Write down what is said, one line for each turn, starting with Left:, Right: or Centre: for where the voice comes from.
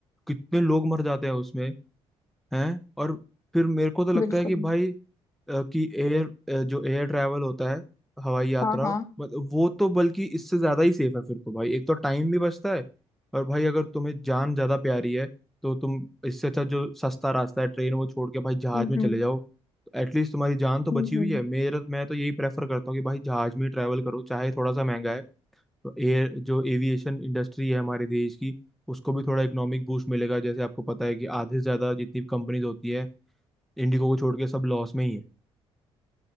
Centre: कितने लोग मर जाते हैं उसमें हैं और फिर मेरे को तो लगता
Left: बिल्कुल
Centre: है कि भाई अ, कि एयर जो एयर ट्रैवल होता है हवाई यात्रा
Left: हाँ हाँ
Centre: मतलब वो तो बल्कि इससे ज्यादा ही सेफ है फिर तो भाई एक तो टाइम भी बचता है और भाई अगर तुम्हें जान ज्यादा प्यारी है तो तुम इससे अच्छा जो सस्ता रास्ता है ट्रेन वो छोड़ के भाई जहाज
Left: हम्म
Centre: में
Left: हम्म
Centre: चले जाओ एटलीस्ट तुम्हारी जान तो बची
Left: हम्म
Centre: हुई
Left: हम्म।
Centre: है मेरा मैं तो यही प्रेफर करता हूँ कि भाई जहाज में ट्रैवल करो चाहे थोड़ा सा महंगा है तो एयर जो एविएशन इंडस्ट्री है हमारे देश की उसको भी थोड़ा इकोनॉमिक बूस्ट मिलेगा जैसे आपको पता है कि आधे से ज्यादा जितनी कंपनीज होती है इंडिगो को छोड़ के सब लॉस में ही है